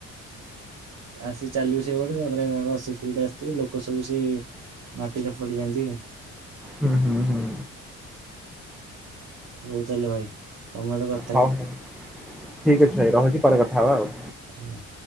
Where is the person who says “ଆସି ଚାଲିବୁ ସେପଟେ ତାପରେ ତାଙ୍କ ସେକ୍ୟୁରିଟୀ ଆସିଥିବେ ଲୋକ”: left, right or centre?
Right